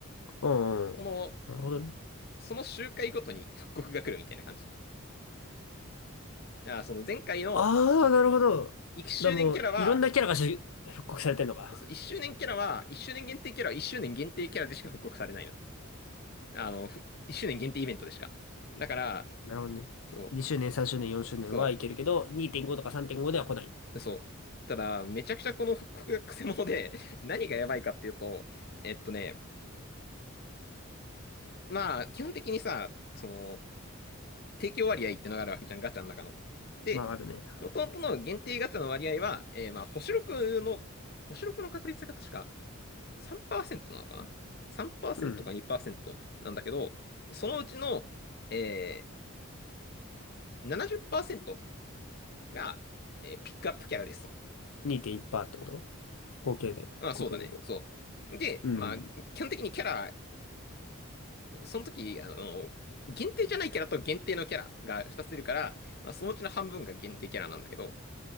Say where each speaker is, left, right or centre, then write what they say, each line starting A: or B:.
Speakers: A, on the left; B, on the left.
A: うん、うん。
B: その、
A: なるほどね。
B: その周回ごとに復刻が来るみたいな感じ。あその前回の
A: ああ、なるほど。
B: 1周年キャラは
A: だ、もう、いろんなキャラがし復刻されてんのか。
B: そう1周年キャラは、1周年限定キャラは1周年限定キャラでしか復刻されないの。あの、ふ1周年限定イベントでしか。だから、
A: なるほどね。そう。
B: そう、
A: 2周年、3周年、4周年はいけるけど、
B: そ
A: 2.5とか3.5では来ない。
B: う、そう。ただ、めちゃくちゃこの <laughs> 復刻がクセモノで、何がやばいかっていうと、えっとね、まあ、基本的にさ、その、提供割合ってのがあるわけじゃん、ガチャの中の。で、
A: まあ、あるね。
B: 元々の限定ガチャの割合は、えーまあ、星6の、星6の確率が確か3%なのかな ?3%
A: うん。
B: か2%なんだけど、そのうちの、えー、70%が、えーピックアップキャラですと。
A: 2.1%ってこと合計で。
B: まあそうだね、
A: 合計でってこと。
B: そう。で、
A: うん。
B: まあ、基本的にキャラ、その時、あの、限定じゃないキャラと限定のキャラが2つ出るから、まあそのうちの半分が限定キャラなんだけど、だか